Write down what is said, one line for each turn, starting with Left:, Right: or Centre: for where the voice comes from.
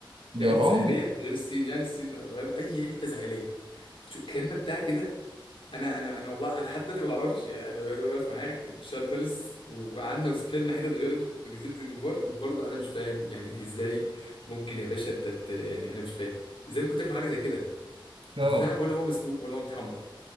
Right: يا
Left: اي حته
Right: راجل
Left: ساحليه غير الصين يعني الصين فاهم اي حته ساحليه شو كان بتاع كده انا انا انا والله انا لحد دلوقتي ما بعرفش يعني انا دلوقتي بعرف معاك الشهر خلص وقعدنا وسافرنا حتت غير جزيره الجمبار وبرضه انا مش فاهم يعني ازاي ممكن يا باشا انت ت... يعني انا مش فاهم ازاي ممكن تاكل حاجه زي كده
Right: اه
Left: البتاع ولا هو مسلوق ولا هو متحمر